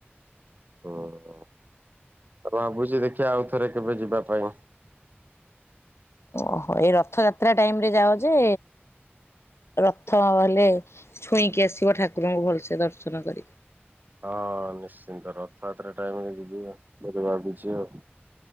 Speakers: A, on the right (about 45°); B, on the left (about 80°).
A: ଉଁ ଭାବୁଚି ଦେଖିଆ ଆଉ ଥରେ କେବେ ଯିବା ପାଇଁ।
B: ଓହୋ ଏଇ ରଥଯାତ୍ରା ଟାଇମ ରେ ଯାଅ ଯେ ରଥ ହେଲେ ଛୁଇଁକି ଆସିବ ଠାକୁରଙ୍କୁ ଭଲସେ ଦର୍ଶନ କରି।
A: ହଁ ନିଶ୍ଚିନ୍ତ ରଥଯାତ୍ରା ଟାଇମରେ ଯିବି ବୋଲି ଭାବିଛି ଆଉ।